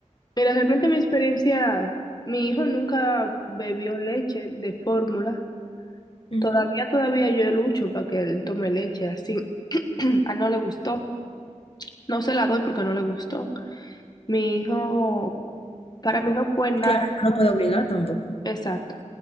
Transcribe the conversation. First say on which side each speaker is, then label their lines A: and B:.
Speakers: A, on the left; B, on the left.
A: Mira, realmente mi experiencia, mi hijo nunca bebió leche de fórmula.
B: Ujú.
A: Todavía, todavía yo lucho para que él tome leche así. <clears throat> A él no le gustó. No se la doy porque no le gustó. Mi hijo, para mí no fue nada.
B: Claro, no lo puedo obligar tampoco.
A: Exacto.